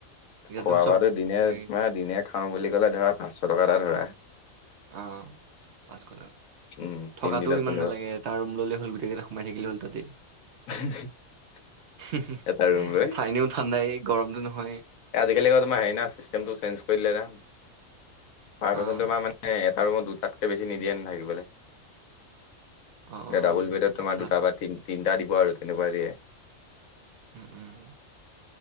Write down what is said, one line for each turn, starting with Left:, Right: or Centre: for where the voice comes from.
Right: ইয়াতো
Left: খোৱা
Right: চব
Left: বোৱাতো দিনে
Right: হেৰি
Left: তোমাৰ দিনে খাওঁ বুলি কলে ধৰা পাঁচশ টকা এটা ধৰা।
Right: অ', পাঁচশ টক
Left: উম
Right: থকাটো
Left: তিনদিনত
Right: ইমান
Left: পোন্ধৰ
Right: নালাগে এটা ৰুম ল'লে হ'ল গোটেইকেইটা সোমাই থাকিলে হ'ল তাতে।
Left: <inaudible>
Right: <inaudible>
Left: এটা ৰুম লৈ
Right: ঠাইনেও ঠাণ্ডাই গৰমটো নহয়।
Left: আজিকালি ক তোমাৰ হেৰি ন চিষ্টেমটো চেঞ্জ কৰি দিলে না। পাৰ পাৰচন
Right: অ'
Left: তোমাৰ মানে আৰু দুটাতকে বেছি নিদিয়ে ন থাকিবলে।
Right: অ' অ'
Left: এ ডাবুল বেডত
Right: আচ্ছা
Left: তোমাৰ দুটা বা তিন-তিনিটা দিব আৰু তেনেকুৱা দিয়ে।
Right: উম, উম।